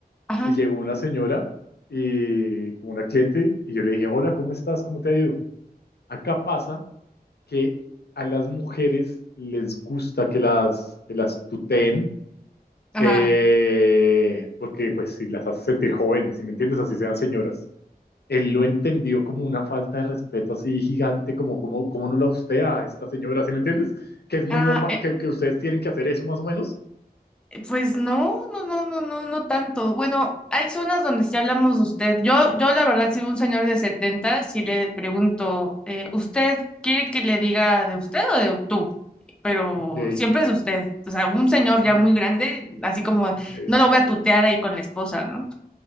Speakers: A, in the centre; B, on the left.
A: ajá,
B: y llegó una señora y como una cliente y yo le dije, hola, ¿cómo estás? ¿Cómo te ha ido? Acá pasa que a las mujeres les gusta que las, que las tuteen,
A: ajá.
B: eh, porque pues si las hace sentir jóvenes, si me entiendes, así sean señoras. Él lo entendió como una falta de respeto así gigante, como, como, como no la usted a esta señora, ¿sí me entiendes? Que es muy
A: Ah,
B: normal, que, que ustedes tienen que hacer eso más o menos.
A: Pues no, no, no, no, no, no tanto. Bueno, hay zonas donde sí hablamos de usted. Yo, yo la verdad, si veo un señor de 70, si le pregunto, eh, ¿usted quiere que le diga de usted o de tú? Pero
B: Ok,
A: siempre es usted. O sea, un señor
B: ok,
A: ya muy grande, así como
B: ok,
A: no lo voy a tutear ahí con la esposa, ¿no?